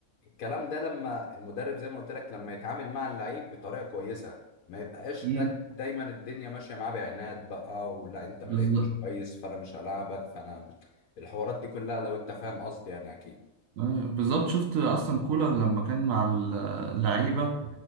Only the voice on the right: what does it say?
مم.
بالظبط
آه، بالظبط شفت اصلا كولر لما كان مع ال- آه، اللعيبه